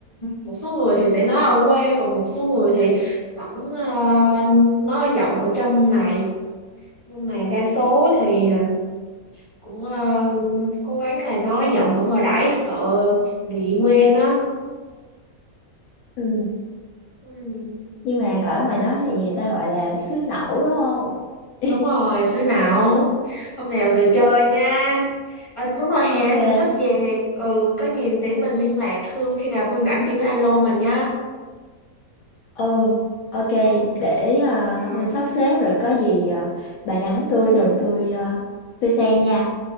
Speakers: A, on the left; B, on the left.
A: một số người thì sẽ nói ở quê còn một số người thì vẫn ờ, nói giọng ở trong này nhưng mà đa số thì ờ, cũng ờ, cố gắng là nói giọng ở ngoài đãi sợ bị quên á
B: ừ.
A: ừ,
B: nhưng mà ở ngoài đó thì người ta gọi là xứ nẩu đúng không <laughs>
A: đúng rồi xế nào hôm nào về chơi nha Ờ, đúng rồi hè
B: ok
A: đây mình sắp về nè ừ có gì để mình liên lạc Hương khi nào Hương rảnh thì cứ alo mình nha
B: Ừ, ok,
A: ok
B: để ờ,
A: rồi
B: Hương sắp xếp rồi có gì ờ, bà nhắn tôi rồi tôi ờ, tôi xem nha.